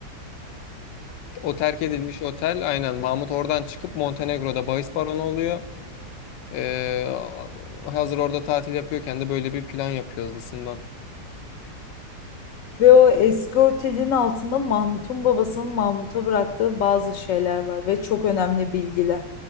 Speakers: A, on the left (about 85°); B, on the left (about 60°).
A: O terk edilmiş otel aynen Mahmut oradan çıkıp Montenegro'da bahis baronu oluyor. Ee, hazır orada tatil yapıyorken de böyle bir plan yapıyor hızlısından.
B: Ve o eski otelin altında Mahmut'un babasının Mahmut'a bıraktığı bazı şeyler var ve çok önemli bilgiler.